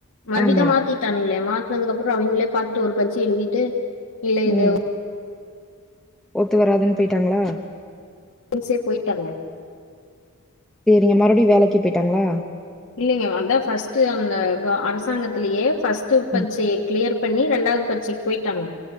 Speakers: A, on the left; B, in the centre.
A: மறுபடியடிதான்
B: ஆமா
A: மாத்திட்டானுங்களே மாத்தனதுக்கு அப்பறம் அவங்களே ஒரு பச்சி எழுதிட்டு இல்ல இது
B: ம் ஒத்து வராதுனு போயிட்டாங்களா
A: உசே ப் போயிட்டாங்க
B: ங்க மறுடியும் வேலைக்கு போயிட்டாங்களா
A: இல்லைங்க அதா பாஸ்ட்டூஅந்த அரசாங்கத்திலயே ஃபர்ஸ்டூ பரிசய
B: ம்
A: கிளியர் பண்ணி ரெண்டாவது பரிசைக்கு போயிட்டாங்க